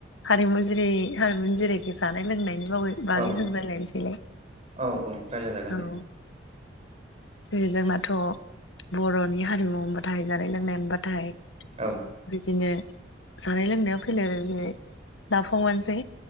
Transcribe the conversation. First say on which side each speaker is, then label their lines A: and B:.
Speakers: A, on the left; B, on the right.
A: हारिमु जेरै हारिमुनि जेरै जानाय लोंनायनि बागै
B: औ
A: जों रायलायनोसैलाय
B: औ औ रायलायजागोन दे
A: औ जेरै जोंना थ' बर'नि हारिमु होनबाथाय जानाय लोंनाय होनबाथाय
B: औ
A: बिदिनो जानाय लोंनायाव फैलेर बि नाफामानोसै